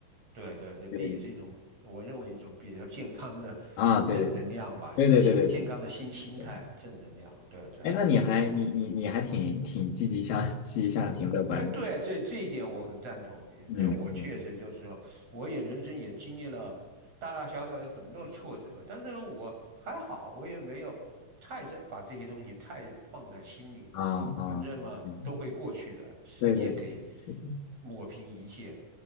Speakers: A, on the right; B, on the left.
A: 对对对，这也是一种我认为一种比较健康的
B: 这个意思啊？对对对
A: 正能量吧，
B: 对对对对对
A: 心健康的心心态，
B: 对，
A: 正能量，对对对对。
B: 哎，那你还你你你还挺挺积极向 <laughs> 积极向上，挺乐观的，
A: 呃，对，这这一点我很赞同你。
B: 嗯嗯
A: 这我确实就是说，我也人生也经历了大大小小有很多的挫折，但是呢，我还好，我也没有太在把这些东西太放在心里，
B: 啊啊嗯，
A: 反正嘛都会过去的，时间可以
B: 对对是的
A: 抹平一切，